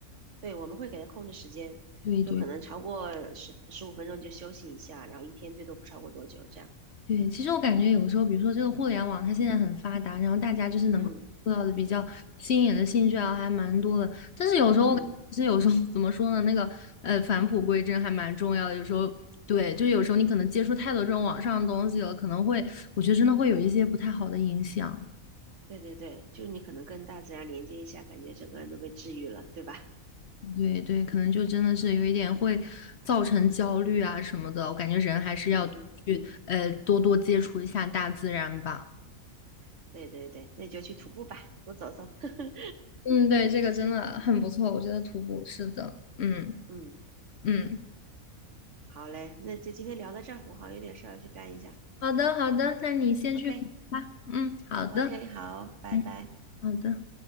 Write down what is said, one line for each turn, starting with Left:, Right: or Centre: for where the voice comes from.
Right: 对，我们会给他控制时间，
Left: 对对。
Right: 就可能超过十十五分钟就休息一下，然后一天最多不超过多久这样。
Left: 对，其实我感觉有时候，比如说这个互联网，它现在很发达，然后大家就是能够做到的比较新颖的兴趣啊，
Right: 嗯
Left: 还蛮多的。但是有时候我感其实有时候
Right: 嗯，
Left: <laughs> 怎么说呢，那个呃返璞归真还蛮重要的。有时候对，就是有时候你可能接触太多这种网上的东西了，可能会我觉得真的会有一些不太好的影响。
Right: 对对对，就是你可能跟大自然连接一下，感觉整个人都被治愈了，对吧？
Left: 对对，可能就真的是有一点会造成焦虑啊什么的。我感觉人还是要去呃多多接触一下大自然吧。
Right: 嗯，<laughs> 对对对，那你就去徒步吧，多走走。<laughs>
Left: 嗯，对，这个真的很不错，我觉得徒步是的，嗯
Right: 嗯，
Left: 嗯，
Right: 好嘞，那就今天聊到这儿，我好像有点事儿要去干一下。
Left: 好的好的，那你先去吧，
Right: OK
Left: 嗯，好的，
Right: OK，好，拜拜。
Left: 嗯，好的。